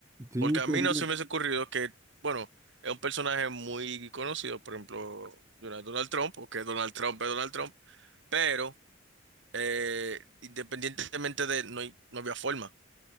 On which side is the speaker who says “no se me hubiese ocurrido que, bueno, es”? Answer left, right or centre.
Right